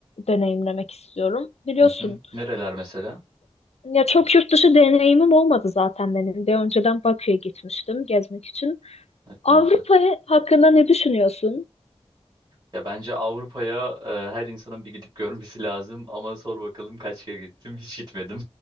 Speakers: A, on the left; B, on the right.
A: deneyimlemek istiyorum. Biliyorsun
B: Hı hı. Nereler mesela?
A: ya çok yurt dışı deneyimim olmadı zaten benim de. Önceden Bakü'ye gitmiştim gezmek için.
B: Evet,
A: Avrupa
B: ne güzel.
A: hakkında ne düşünüyorsun?
B: Ya bence Avrupa'ya e, her insanın bir gidip görmesi lazım ama sor bakalım kaç kere gittim? Hiç gitmedim.